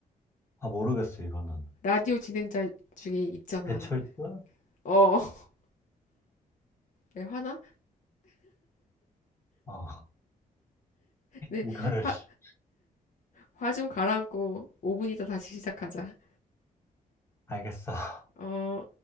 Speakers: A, on the left; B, on the left.
A: 아, 모르겠어, 이거는.
B: 라디오 진행자 중에 있잖아
A: 배철수?
B: 어 <laughs> 왜 화나
A: 어,
B: 네,
A: 이거를
B: 화,
A: <laughs>
B: 화 좀 가라앉고 5분 있다 다시 시작하자.
A: 알겠어.
B: 어,